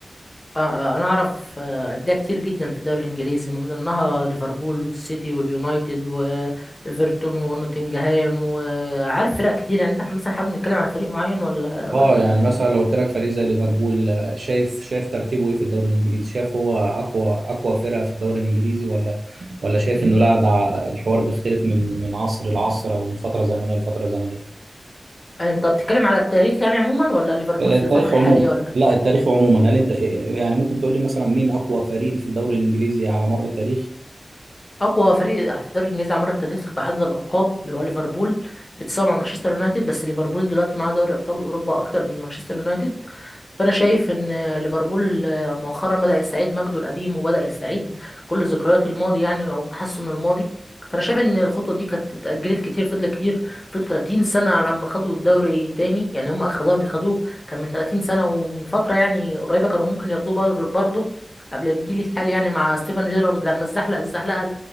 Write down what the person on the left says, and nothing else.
آه، آه، انا اعرف آه، انديه كتير جدا في الدوري الانجليزي من ضمنها ليفربول والسيتي واليونايتد وايفرتون ونوتنجهام وعارف فرق كتير يعني انت مثلا حابب نتكلم عن فريق معين ولا ولا
إيه؟
يعني انت بتتكلم على التاريخ يعني عموما ولا ليفربول
في
الفتره الحاليه
ولا
اقوى فريق في الدوري الانجليزي على مر التاريخ بعدد الالقاب هو ليفربول بيتساوي مع مانشستر يونايتد بس ليفربول دلوقتي معاه دوري ابطال اوروبا اكتر من مانشستر يونايتد فانا شايف ان ليفربول مؤخرا بدا يستعيد مجده القديم وبدا يستعيد كل ذكريات الماضي يعني او تحسن الماضي فانا شايف ان الخطوه دي كانت اتاجلت كتير فضلت كتير فضلت 30 سنه على ما خدوا الدوري تاني يعني هم اخر دوري خدوه كان من 30 سنه ومن فتره يعني قريبه كانوا ممكن ياخدوه بر- برضه قبل الجيل الحالي يعني مع ستيفن جيرارد لما اتزحلق الزحلقه